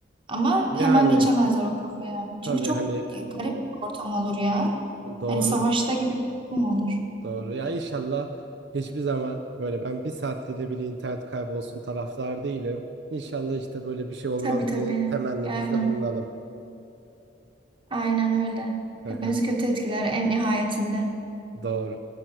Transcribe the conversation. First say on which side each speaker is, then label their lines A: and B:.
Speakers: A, on the right (about 30°); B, on the right (about 65°).
A: Ama
B: Yani
A: hemen geçemezler o kafaya.
B: tabii
A: Çünkü çok
B: hani
A: garip bir ortam olur ya.
B: doğru
A: Hani savaşta gibi bir durum olur.
B: doğru ya inşallah hiçbir zaman böyle ben bir saatliğine bile internet kaybolsun taraftar değilim. İnşallah işte böyle bir şey olmaz
A: Tabii tabii.
B: diye temennimizde
A: Yani
B: bulunalım.
A: aynen öyle.
B: Hı
A: Hepimizi
B: hı,
A: kötü etkiler en nihayetinde.
B: Doğru.